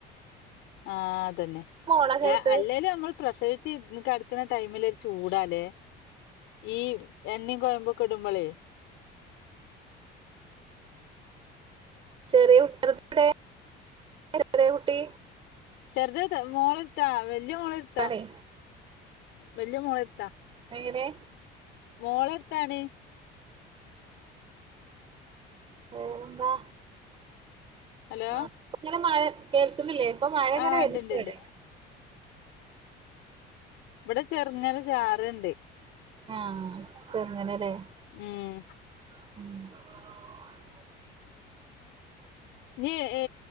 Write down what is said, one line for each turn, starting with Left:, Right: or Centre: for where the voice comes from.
Left: ആ അതന്നെ.
Right: മോളാ ചെറുത്
Left: യാ അല്ലേലും നമ്മള് പ്രസവിച്ച് കടക്കുന്ന ടൈമിൽ ഒരു ചൂടാലേ ഈ എണ്ണിം, കൊയമ്പൊക്കെ ഇടുമ്പളേ <inaudible>
Right: ചെറിയ <unintelligible> കുട്ടി
Left: <unintelligible> മോളെട്ത്താ വല്യ മോളെട്ത്താ
Right: ആണേ
Left: വല്യ മോളെട്ത്താ
Right: എങ്ങനെ
Left: മോളെട്ത്താണ്.
Right: വേറെന്താ
Left: ഹലോ
Right: ആ അങ്ങനെ മഴ കേൾക്കുന്നില്ലേ? ഇപ്പൊ മഴങ്ങനെ
Left: ആഹ്
Right: വെർണണ്ട്വ്ടെ
Left: ഉണ്ട്ണ്ട്ണ്ട് ഇവിടെ ചെറുങ്ങനെ ചാറ്ണ്ട്.
Right: ആഹ് ചെറങ്ങനെലേ
Left: ഉം
Right: <inaudible>
Left: ഞ് എ